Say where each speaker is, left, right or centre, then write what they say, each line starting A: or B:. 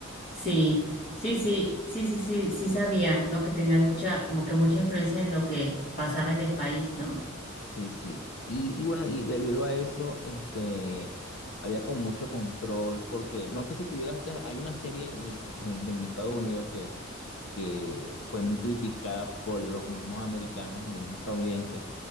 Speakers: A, on the left; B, on the left.
A: Sí, sí, sí, sí, sí, sí, sí sabía, ¿no? Que tenían mucha, como que mucha influencia en lo que pasaba en el país, ¿no?
B: Sí, sí. Y, y bueno, y debido a eso, este, había como mucho control porque no sé si tú llegaste, a- hay una serie de, eh, de- en Estados Unidos que, que fue muy criticada por los mismos americanos, los mismos estadounidenses,